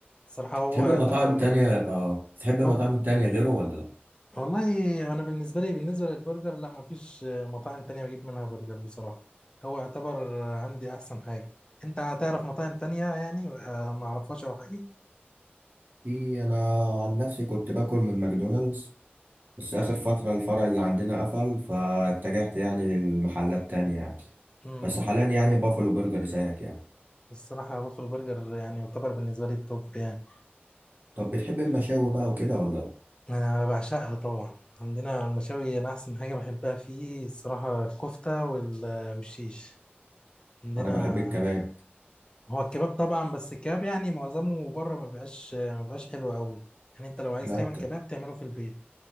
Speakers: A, on the left; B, on the right.
A: الصراحة هو
B: تحب
A: يعتبر
B: مطاعم تانية اه تحب مطاعم
A: هو
B: تانية غيره ولا لا؟
A: والله انا بالنسبة لي بالنسبة للبرجر لا مفيش مطاعم تانية بجيب منها برجر بصراحة هو يعتبر عندي احسن حاجة انت هتعرف مطاعم تانية يعني آه، ما اعرفهاش او حاجة
B: في انا عن نفسي كنت باكل من ماكدونالدز بس اخر فترة الفرع اللي عندنا قفل فاتجهت يعني لمحلات تانية يعني
A: امم
B: بس حاليا يعني بافلو برجر زيك يعني
A: الصراحة وافل برجر يعني يعتبر بالنسبة لي التوب يعني
B: طب بتحب المشاوي بقى وكده ولا لا
A: أنا بعشقها طبعا عندنا المشاوي أنا أحسن حاجة بحبها فيه الصراحة الكفتة وال- والشيش عندنا
B: انا بحب الكباب
A: هو الكباب طبعا بس الكباب يعني معظمه بره ما بيبقاش ما بيبقاش حلو قوي يعني أنت لو عايز
B: لا
A: تعمل
B: ك-
A: كباب تعمله في البيت